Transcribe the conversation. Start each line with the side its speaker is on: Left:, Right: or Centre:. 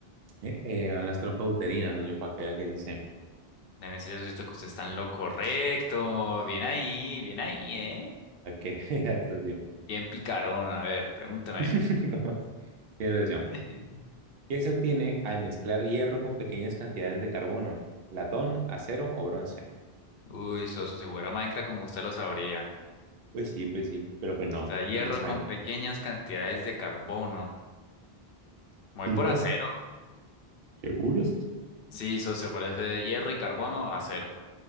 Right: Eh, eh, a las trompas uterinas, socio, para que vea que sí sé.
Left: Déjeme decirle esto que usted está en lo correcto. Bien ahí, bien ahí, ¿eh?
Right: Para que vea, <laughs> socio.
Left: Bien picarón. A ver, pregúntame.
Right: <laughs> ¿Cómo es? Mire, socio,
Left: <laughs>
Right: ¿Qué se obtiene al mezclar hierro con pequeñas cantidades de carbono? ¿Latón, acero o bronce?
Left: Uy, Soso, si fuera Minecraft como usted lo sabría.
Right: Pues sí, pues sí, pero pues
Left: Mezclar
Right: no,
Left: hierro
Right: no les
Left: con
Right: hay.
Left: pequeñas cantidades de carbono. Me Voy
Right: Mira,
Left: por acero.
Right: ¿seguros?
Left: Sí, socio, por ese hierro y carbono, acero.